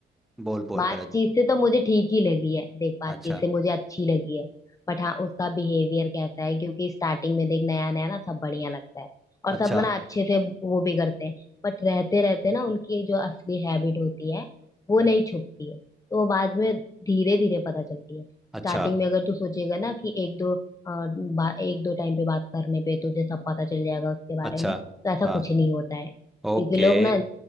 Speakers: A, in the centre; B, on the left (about 15°).
A: बोल बोल
B: बातचीत
A: पहले
B: से तो मुझे ठीक ही लगी है देख बातचीत
A: अच्छा
B: से मुझे अच्छी लगी है बट हाँ उसका बिहेवियर कैसा है क्योंकि स्टार्टिंग में देख नया नया ना सब बढ़िया लगता है और
A: अच्छा
B: सब ना अच्छे से वो भी करते हैं बट रहते रहते ना उनकी जो असली हैबिट होती है वो नहीं छुपती है तो वो बाद में धीरे धीरे पता चलती है
A: अच्छा
B: स्टार्टिंग में अगर तू सोचेगा ना कि एक दो अ, बा, एक दो टाइम पे बात करने पे तुझे सब पता चल जाएगा उसके बारे
A: अच्छा
B: में तो ऐसा
A: हाँ
B: कुछ नहीं होता है
A: ओके
B: क्योंकि लोग ना